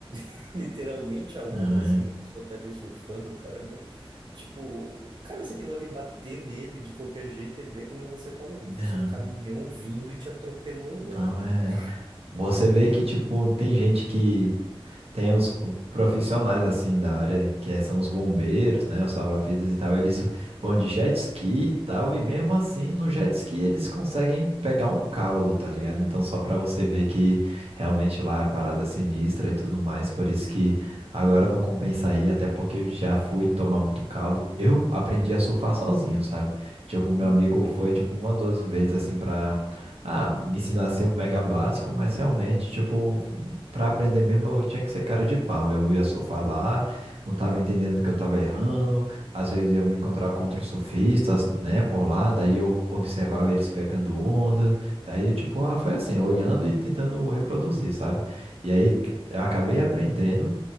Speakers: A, on the right; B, on the right.
A: <laughs> literalmente a onda,
B: Não é.
A: assim, que a pessoa tá ali surfando, cara. é meu- Tipo, cara, se aquilo ali bater nele de qualquer jeito, ele- é como você falou, como
B: Não,
A: se fosse um caminhão vindo e te atropelando,
B: não
A: né? Tipo,
B: é.
A: Pá!
B: Você vê que, tipo, tem gente que Tem os p- profissionais assim da área, que é- são os bombeiros, né, os salva-vidas e tal, eles vão de jet ski e tal, e mesmo assim no jet ski eles conseguem pegar um caldo, tá ligado? Então só pra você ver que realmente lá é parada sinistra e tudo mais, por isso que agora não compensa ir, até porque eu já fui tomar muito caldo. Eu aprendi a surfar sozinho, sabe? Tipo, meu
A: Uhum,
B: amigo foi tipo uma duas vezes assim pra ah, me ensinar a ser um mega básico, mas realmente, tipo, para aprender mesmo, eu tinha que ser cara de pau. Eu ia surfar lá, não estava entendendo que eu estava errando. Às vezes eu me encontrava com outros surfistas, né, por lá. Daí eu observava eles pegando onda. Daí, tipo, ah, foi assim, olhando e tentando reproduzir, sabe? E aí
A: entendo.
B: eu acabei aprendendo.